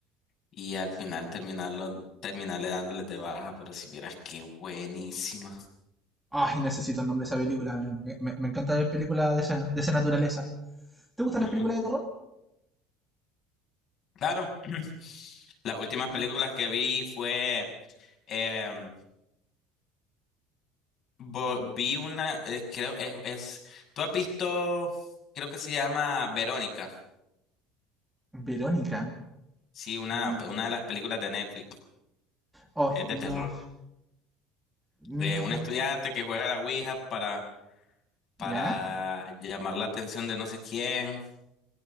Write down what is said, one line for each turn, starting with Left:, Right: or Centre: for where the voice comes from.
Left: y al final terminarlo, terminarle dándoles de baja, pero si vieras qué buenísima.
Centre: Ay, necesito el nombre de esa película. Me, me- me encanta ver películas de esa, de esa naturaleza. ¿Te gustan
Left: Mm,
Centre: las películas de terror?
Left: claro. <clears throat> Las últimas
Centre: Al-
Left: películas que vi fue em, vo- vi una, eh, creo es, es, ¿tú has visto? Creo que se llama Verónica.
Centre: Verónica.
Left: Sí, una,
Centre: No.
Left: una de las películas de Netflix.
Centre: Oh,
Left: Es de
Centre: no.
Left: terror.
Centre: Mm,
Left: De un estudiante que juega a la Ouija para, para
Centre: ¿Ya?
Left: llamar la atención de no sé quién.